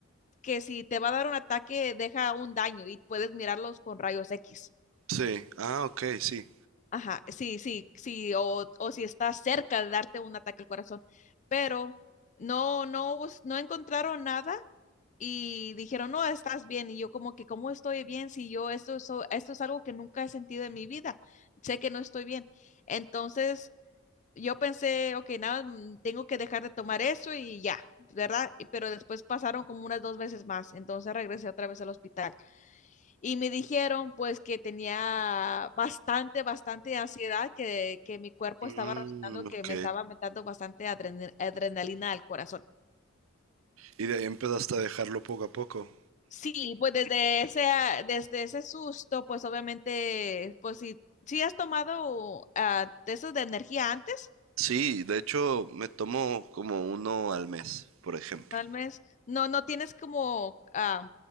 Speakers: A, on the left; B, on the right.
A: que si te va a dar un ataque, deja un daño y puedes mirarlos con rayos X.
B: Sí. Ah, ok, sí.
A: Ajá, sí, sí, sí, o, o si está cerca de darte un ataque al corazón. Pero no, no, bus- no encontraron nada y dijeron, no, estás bien. Y yo como que, ¿cómo estoy bien si yo esto, es esto es algo que nunca he sentido en mi vida? Sé que no estoy bien. Entonces yo pensé, ok, nada, mm, tengo que dejar de tomar eso y ya, ¿verdad? Y- Pero después pasaron como unas dos veces más. Entonces regresé otra vez al hospital. y me dijeron pues que tenía bastante, bastante ansiedad, que, que mi cuerpo
B: Mm,
A: estaba reaccionando, que
B: ok.
A: me estaba metiendo bastante adrena- adrenalina al corazón.
B: Y de ahí empezaste a dejarlo poco a poco.
A: Sí, pues desde ese, ah, desde ese susto, pues obviamente, pues si, si has tomado ah, de esos de energía antes,
B: Sí, de hecho me tomo como uno al mes, por ejemplo.
A: tal vez, no, no tienes como ah,